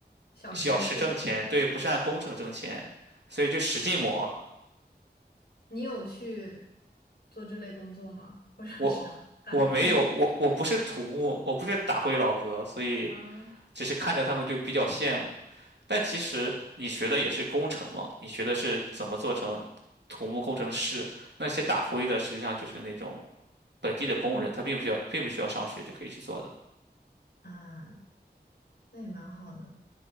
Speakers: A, on the left; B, on the right.
A: 小时自费的。
B: 小时挣钱，对，不是按工程挣钱，所以就使劲磨。
A: 你有去做这类工作吗？或者是
B: 我我没有，
A: <laughs> 打尖？
B: 我我不是土木，我不是打灰老哥，所以
A: 嗯
B: 只是看着他们就比较羡慕。但其实你学的也是工程嘛，你学的是怎么做成土木工程师，那些打灰的实际上就是那种本地的工人，
A: 嗯，
B: 他并不需要，并不需要上学就可以去做的。
A: 啊，那也蛮好的，